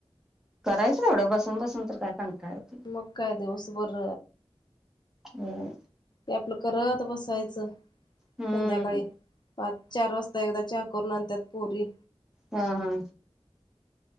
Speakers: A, in the centre; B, on the left (about 45°).
A: करायचं एवढं बसून बसून तर काय कंटाळा येतोय.
B: मग काय दिवस <unintelligible> बर
A: बर
B: ते आपलं करत बसायचं
A: हम्म
B: संध्याकाळी पाच-चार वाजता एकदा चहा करून आण त्यात पोरी
A: हा हा